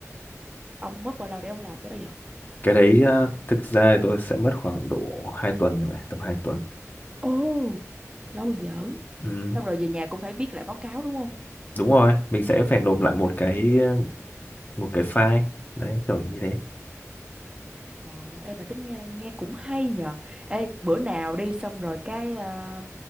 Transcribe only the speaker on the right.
ông mất bao lâu để ông làm cái đó vậy
ồ lâu dở
xong rồi về nhà cũng phải viết lại báo cáo đúng không
ừ
Ờ, em mà tính nghe nghe cũng hay nhờ. Ê, bữa nào đi xong rồi cái ờ,